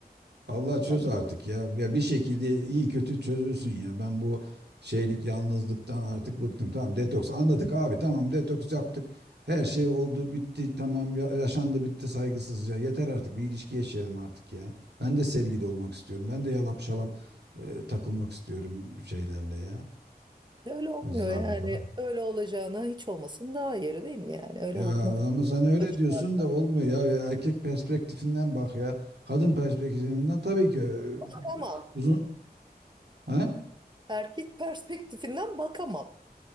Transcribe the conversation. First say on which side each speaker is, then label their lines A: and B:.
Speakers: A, on the right (about 85°); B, on the right (about 25°).
A: Allah çöz
B: Tamam.
A: artık ya. Ya bir şekilde iyi kötü çözülsün ya. Ben bu şeylik yalnızlıktan artık bıktım. Tamam detoks anladık abi. Tamam detoks yaptık. Her şey oldu bitti tamam ya- yaşandı bitti saygısızca. Yeter artık bir ilişki yaşayalım artık ya. Ben de sevgili olmak istiyorum. Ben de yalap şalap e, takılmak istiyorum şeylerle ya.
B: Öyle olmuyor
A: Kızlarla
B: yani.
A: falan.
B: Öyle olacağına hiç olmasın daha iyi değil mi yani? Öyle
A: Ya
B: olup mutsuz
A: ama
B: olup
A: sen öyle
B: başını
A: diyorsun
B: ağrıdan.
A: da olmuyor ya. Ya Erkek perspektifinden bak ya. Kadın perspektifinden tabii ki e,
B: <laughs> Bakamam.
A: uzun ha?
B: Erkek perspektifinden bakamam.